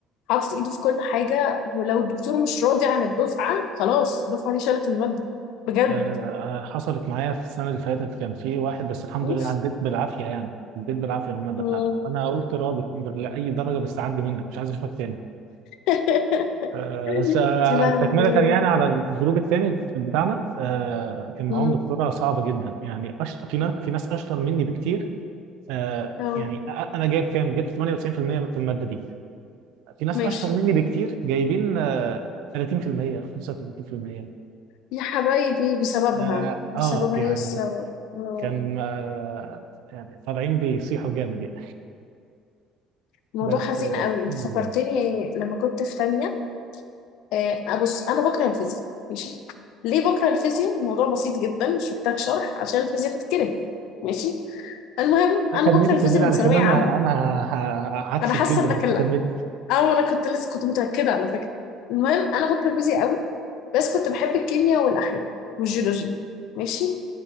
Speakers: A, on the left; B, on the right.
A: حاطط ايده في كل حاجه ولو الدكتور مش راضي عن الدفعه خلاص الدفعه دي شالت الماده بجد
B: آه، آه، حصلت معايا في السنة اللي فاتت كان في واحد بس الحمد
A: اوف
B: لله عديت بالعافية يعني عديت بالعافية من المادة
A: مم.
B: بتاعته أنا قلت راضي الحمد لله أي درجة بس عدي منك مش عايز أشوفك تاني
A: <laughs>
B: آه، بس آه،
A: يا لهوي
B: تكملة يعني على الجروب الثاني بتاعنا آه، كان
A: مم.
B: معاهم دكتورة صعبة جدا يعني أشطر في ناس في ناس أشطر مني بكتير آه،
A: اه
B: يعني أ- أنا جايب كام؟ جبت 98% في المية في المادة دي في ناس
A: ماشي
B: أشطر مني بكتير جايبين آه، 30% 35%
A: يا حبايبي بسببها
B: اه
A: بسببها
B: آه، يعني
A: هي السبب آه،
B: كان آه يعني طالعين بيصيحوا جامد يعني
A: موضوع
B: بس
A: حزين
B: آه
A: قوي
B: الحمد
A: انت
B: لله
A: فكرتني لما كنت في تانية آه، ابص انا بكره الفيزياء ماشي ليه بكره الفيزياء الموضوع بسيط جدا مش محتاج شرح عشان الفيزياء تتكره ماشي المهم
B: لا
A: انا
B: كملي
A: بكره الفيزياء
B: كملي علشان
A: من ثانوية
B: انا
A: عامة
B: انا ه- ه- عكسك
A: انا حاسة
B: جدا
A: انك
B: بس
A: لا
B: كملي
A: او انا كنت لسه كنت متأكدة على فكرة المهم انا بكره الفيزياء قوي بس كنت بحب الكيمياء والاحياء والجيولوجيا ماشي